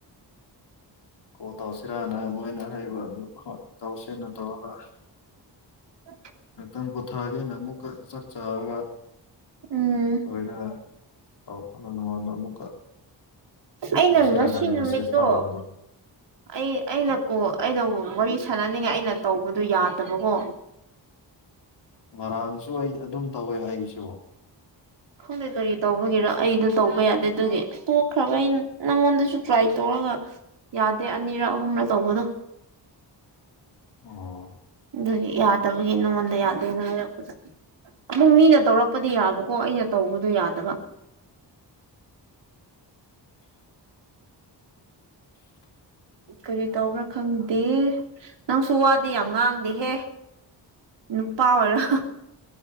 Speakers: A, on the left (about 65°); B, on the right (about 70°).
A: ꯀꯣꯜ ꯇꯧꯁꯤꯔꯅ ꯃꯣꯏꯅ ꯍꯩꯕ ꯑꯗꯨ ꯍꯣꯏ ꯇꯧꯁꯤꯅ ꯇꯧꯔꯒ
B: ꯎ
A: ꯉꯇꯪ ꯄꯣꯊꯥꯒꯦꯅ ꯑꯃꯨꯛꯀ ꯆꯥꯛ ꯆꯥꯔꯒ
B: ꯎꯝ
A: ꯂꯣꯏꯅ ꯇꯧꯕꯅ ꯅꯉꯣꯟꯗ ꯑꯃꯨꯛꯀ
B: ꯑꯩꯅ
A: ꯇꯧꯁꯤꯔꯥꯅ
B: ꯉꯁꯤ
A: ꯑꯩ
B: ꯅꯨꯃꯤꯠꯇꯣ
A: ꯃꯦꯁꯦꯖ ꯊꯥꯔꯛꯕꯗꯣ
B: ꯑꯩ ꯑꯩꯅ ꯀꯣ ꯑꯩꯅ ꯋꯥꯔꯤ ꯁꯥꯟꯅꯅꯤꯡꯉꯥꯏ ꯑꯩꯅ ꯇꯧꯕꯗꯨꯣ ꯌꯥꯗꯕꯀꯣ
A: ꯉꯔꯥꯡꯁꯨ ꯑꯩ ꯑꯗꯨꯝ ꯇꯧꯋꯦ ꯑꯩꯁꯨ
B: ꯈꯪꯗꯦ ꯀꯔꯤ ꯇꯧꯕꯒꯤꯔ ꯑꯩꯗ ꯇꯧꯕ ꯌꯥꯗꯦ ꯑꯗꯨꯒꯤ ꯇꯣꯛꯈ꯭ꯔꯕ ꯑꯩꯅ ꯅꯪꯉꯣꯟꯗꯁꯨ ꯇ꯭ꯔꯥꯏ ꯇꯧ ꯒ ꯌꯥꯗꯦ ꯑꯅꯤꯔ ꯑꯍꯨꯝꯔ ꯇꯧꯕꯗꯣ
A: ꯑꯣ
B: ꯑꯗꯨ ꯌꯥꯗꯕꯒꯤ ꯅꯉꯣꯟꯗ ꯌꯥꯗꯦꯅ ꯍꯥꯏꯔꯛꯄꯗ ꯑꯃꯨꯛ ꯃꯤꯅ ꯇꯧꯔꯛꯄꯗꯤ ꯌꯥꯕꯀꯣ ꯑꯩꯅ ꯇꯧꯕꯗꯣ ꯌꯥꯗꯕ
A: <unintelligible>
B: ꯀꯔꯤ ꯇꯧꯕ꯭ꯔꯥ ꯈꯪꯗꯦ ꯅꯪꯁꯨ ꯋꯥꯗꯤ ꯌꯥꯝ ꯉꯥꯡꯗꯦꯍꯦ ꯅꯨꯄꯥ ꯑꯣꯏꯔꯣ